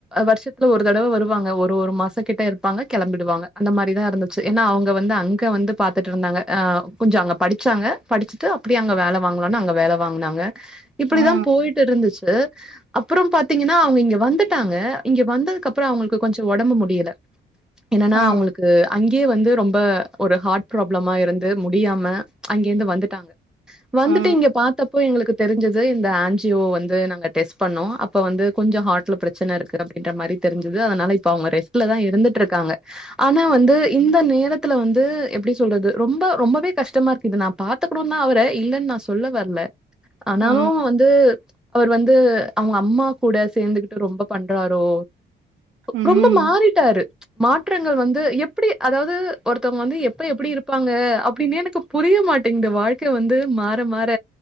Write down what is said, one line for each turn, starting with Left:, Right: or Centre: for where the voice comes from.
Centre: வருஷத்ல ஒரு தடவ வருவாங்க ஒரு ஒரு மாசங்கிட்ட இருப்பாங்க கெளம்பிடுவாங்க அந்த மாரிதா இருந்துச்சு ஏன்னா அவுங்க வந்து அங்க வந்து பாத்துட்ருந்தாங்க அ கொஞ்ச அங்க படிச்சாங்க படிச்சிட்டு அப்டியே அங்க வேல வாங்லான்னு அங்க வேல வாங்னாங்க இப்டிதா
Right: ஆ
Centre: போய்ட்டு இருந்துச்சு அப்புறோ பாத்திங்கனா அவுங்க இங்க வந்துட்டாங்க இங்க வந்ததுக்கப்றோ அவுங்களுக் கொஞ்சோ ஒடம்பு முடியல என்னன்னா
Right: ஆ
Centre: அவுங்ளுக் அங்கியே வந்து ரொம்ப ஒரு ஹார்ட் ப்ராப்ளமா இருந்து முடியாம அங்கேர்ந்து வந்துட்டாங்க வந்துட்டு
Right: ஆ
Centre: இங்க பாத்தப் போ எங்ளுக்கு தெரிஞ்சது இந்த ஆஞ்ஜியோ வந்து நாங்க டெஸ்ட் பண்ணோ அப்ப வந்து கொஞ்சோ ஹார்ட்ல ப்ரச்சனருக்கு அப் ன்ற மாறி தெரிஞ்சிது அதனால இப்ப அவுங்க ரெஸ்ட்லதா இருந்துட்ருக்காங்க ஆனா வந்து இந்த நேரத்துல வந்து எப்டி சொல்றது ரொம்ப ரொம்பவே கஷ்டமாருக்கு இத நா பாத்துக்குணூன்தா ட இல்லன் நா சொல்ல வர்ல ஆனாலு
Right: ஆ
Centre: வந்து அவுர் வந்து அவுங்க அம்மா கூட சேந்துகுட்டு ரொம்பப் பண்றாரோ
Right: ம்
Centre: ரொம்ப மாறிட்டாரு மாற்றங்கள் வந்து அப்டி அதாது ஒருத்தவ்ங்க வந்து எப்ப எப்டி இருப்பாங்க அப்டின்னே எனக்கு புரிய மாட்டிங்து வாழ்க்கே வந்து மாற மாற